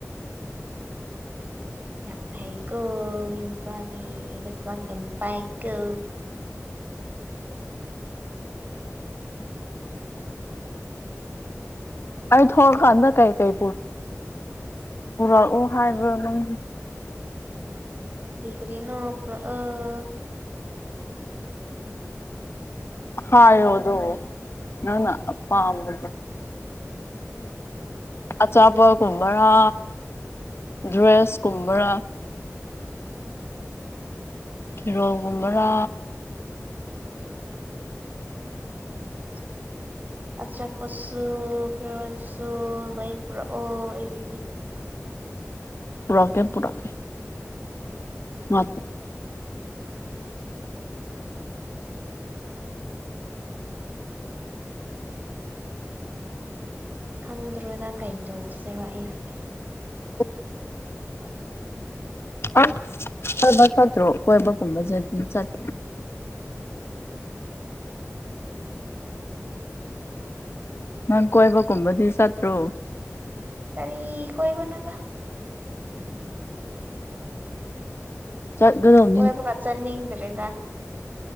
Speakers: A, on the right; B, on the left.
A: ꯌꯥꯝ ꯐꯩꯀꯣ ꯃꯤ ꯃꯆꯥꯗꯤ ꯄꯩꯁꯥ ꯌꯥꯝ ꯄꯥꯏꯀꯣ
B: ꯑꯩ ꯊꯣꯛꯂꯀꯥꯟꯗ ꯀꯩꯀꯩ ꯄꯨꯔꯛꯑꯣ ꯍꯥꯏꯕꯅꯣ ꯅꯪ
A: ꯀꯔꯤ ꯀꯔꯤꯅꫭ ꯄꯨꯔꯛꯑꫭ
B: ꯍꯥꯏꯌꫭ ꯑꯗꫭ ꯅꯪꯅ ꯑꯄꯥꯝꯕꯗꫭ ꯑꯆꯥꯄꯣꯠ ꯒꯨꯝꯕꯔꯥ ꯗ꯭ꯔꯦꯁ ꯀꯨꯝꯕꯔꯥ ꯐꯤꯔꯣꯜꯒꯨꯝꯕꯔꯥ <inaudible>
A: ꯑꯆꯥꯄꯣꯠꯁꯨ ꯐꯦꯔꯣꯟꯁꯨ ꯂꯣꯏ ꯄꯨꯔꯛꯑꯣ ꯑꯩꯒꯤꯗꯤ
B: ꯄꯨꯔꯛꯀꯦ ꯄꯨꯔꯛꯀꯦ <unintelligible>
A: ꯈꯪꯗ꯭ꯔꯦꯗ ꯀꯩꯗꯧꯁꯤꯔꯣ ꯑꯩꯁꯦ
B: <unintelligible> ꯑꯁ ꯑꯣꯏꯣꯏꯕ ꯆꯠꯇ꯭ꯔꯣ ꯀꯣꯏꯕꯒꯨꯝꯕꯁꯗꯤ ꯆꯠ ꯅꯪ ꯀꯣꯏꯕꯒꯨꯝꯕꯗꯤ ꯆꯠꯇ꯭ꯔꯣ
A: ꯀꯔꯤ ꯀꯣꯏꯕꯅꯣꯗ
B: ꯆꯠꯂꯨꯔꫭ
A: ꯀꯣꯏꯕꯒ ꯆꯠꯅꯤꯡꯗ꯭ꯔꯦꯗ